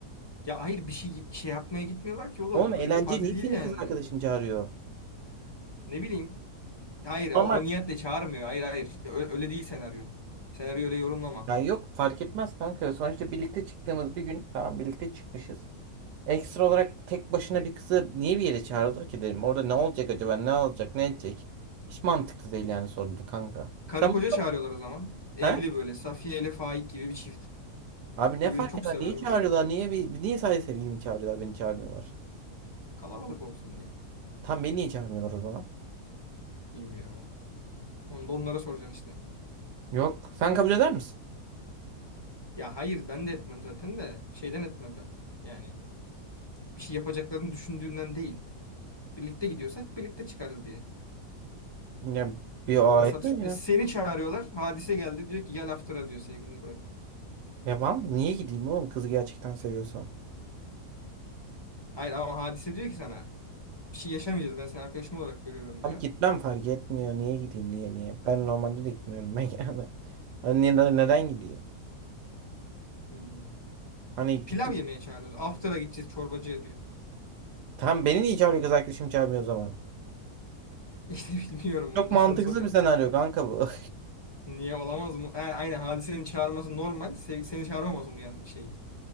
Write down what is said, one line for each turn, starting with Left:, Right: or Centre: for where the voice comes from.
Left: Ya hayır bir şey şey yapmaya gitmiyorlar ki oğlum.
Right: Oğlum eğlence
Left: Öyle bir parti
Right: niye
Left: değil
Right: senin
Left: yani.
Right: kız arkadaşını çağırıyor?
Left: Ne bileyim. Hayır o
Right: Normal.
Left: niyetle çağırmıyor. Hayır hayır. İşte Öyle, öyle değil senaryo. Senaryo öyle yorumlama.
Right: Ya yok fark etmez kanka. Sonuçta birlikte çıktığımız bir gün tamam birlikte çıkmışız. Ekstra olarak tek başına bir kızı niye bir yere çağırılır ki dedim. Orada ne olacak acaba? Ne olacak? Ne edecek? Hiç mantıklı değil yani sordu kanka.
Left: Karı
Right: Sen
Left: koca
Right: bu
Left: çağırıyorlar o zaman. Evli
Right: He?
Left: böyle. Safiye ile Faik gibi bir çift.
Right: Abi ne
Left: Birbirini
Right: fark
Left: çok
Right: eder?
Left: seven
Right: Niye çağırıyorlar?
Left: böyle.
Right: Niye bir, niye sadece sevgilimi çağırıyorlar? Beni çağırmıyorlar.
Left: Kalabalık olsun diye.
Right: Tam beni niye çağırmıyorlar o zaman?
Left: Bilmiyorum ama. Onu da onlara soracaksın işte.
Right: Yok. Sen kabul eder misin?
Left: Ya hayır ben de etmem zaten de. Şeyden etmem ben. Yani bir şey yapacaklarını düşündüğümden değil. Birlikte gidiyorsak birlikte çıkarız diye.
Right: Ya bir
Left: Sonradan
Right: o ayrı
Left: satış.
Right: ya.
Left: E, seni çağırıyorlar. Hadise geldi diyor ki gel after'a diyor sevgilini bırak.
Right: Ya ben niye gideyim oğlum kızı gerçekten seviyorsam?
Left: Hayır ama hadise diyor ki sana bir şey yaşamayacağız ben seni arkadaşım olarak görüyorum
Right: Abi
Left: diyor.
Right: gitmem fark etmiyor. Niye gideyim niye niye? Ben normalde de gitmiyorum ben <laughs> yani. Hani neden, neden gideyim?
Left: Hmm.
Right: Hani gittim.
Left: Pilav yemeye çağırıyoruz. After'a gideceğiz çorbacıya diyor.
Right: Tam beni niye çağırıyor kız arkadaşım çağırmıyor o zaman?
Left: <laughs> İşte bilmiyorum
Right: Çok
Left: onu da
Right: mantıksız
Left: sen soracaksın.
Right: bir senaryo kanka bu.
Left: Niye olamaz mı? Ha, aynen hadisenin çağırması normal. Se- seni çağırmaması mı yani şey?